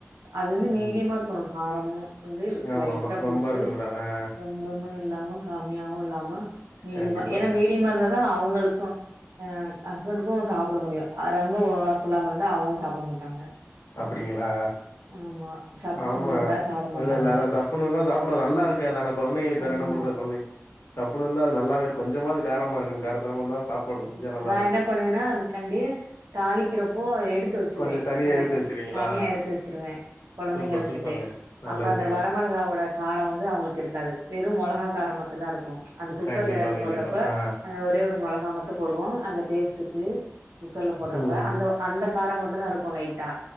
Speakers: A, on the right; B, on the left.
A: அது வந்து மீடியமா
B: ம்
A: இருக்கணு காரமு வந்து
B: ஆமா
A: லைட்டா
B: ஆமா ரொம்ப
A: போட்டு
B: இருக்க கூடாது ஆ
A: ரொம்பம இல்லாம காம்மியாவு இல்லாம மீடியமா
B: கண்டிப்பாக
A: ஏனா மீடியமா இருந்தாதா அவுங்களுக்கு அ ஹஸ்பண்ட்டுக்கு சாப்ட முடியு அ ரொம்ப ஒரப்புல்லாம இருந்தா அவுங்க சாப்ட மாட்டாங்க
B: அப்படிங்களா
A: ஆமா சப்புன்னு
B: ஆமா
A: இருந்தா சாப்ட மாட்டாங்க
B: இல்ல இல்ல அதா சாப்புண இருந்தா சாப்பட நல்லா இருக்குதா ஆனா கொழந்தைங்களுக்கு வேற
A: ஆமா
B: என்ன பண்றது கொழந்தை சப்புன்னு இருந்தா அது நல்லாவே இரு கொஞ்சமாது காரமா இருக்ணு கார சாரம இருந்தா சாப்பாடு
A: ம்
B: கொஞ்ச நல்லா
A: நா
B: இருக்கணு
A: என்ன பண்ணுவேன்னா அது காண்டி தாளிக்கிறப்போ எ எடுத்து வச்சிருவே
B: கொஞ்ச தனியா
A: அந்த
B: எடுத்து வச்சிருவீங்களா
A: தனியா எடுத்து வச்சிருவ கொழந்தைங்களுக்குனு
B: சூப்பர் சூப்பருங்க நல்ல
A: அப்ப
B: விஷயோ
A: அந்த வரமிளகாவோட காரோ வந்து அவுங்களுக்கு இருக்காது வெறு மொளகா கார மட் டுதா இருக்கு அந்த குக்கர்ல
B: கண்டிப்பா
A: வேக
B: கண்டிப்பா
A: போடுறப்ப
B: ஆ
A: அந்த ஒரே ஒரு மொளகா மட் போடுவோ அந்த டேஸ்டுக்கு குக்கர்ல போடுறப்ப
B: ம்
A: அந்த அந்த காரோ மட்டு தா இருக்கு லைட்டா